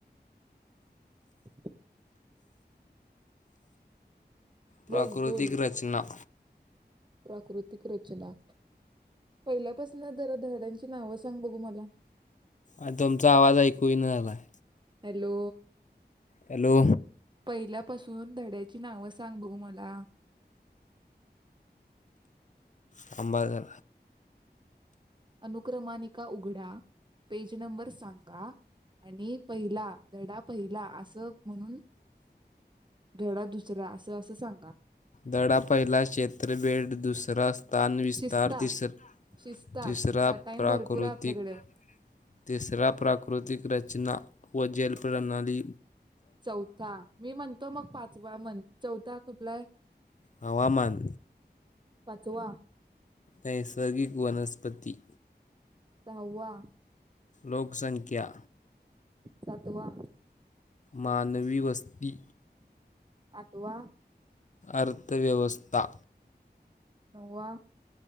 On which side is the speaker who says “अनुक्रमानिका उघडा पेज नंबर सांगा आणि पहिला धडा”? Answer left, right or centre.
Right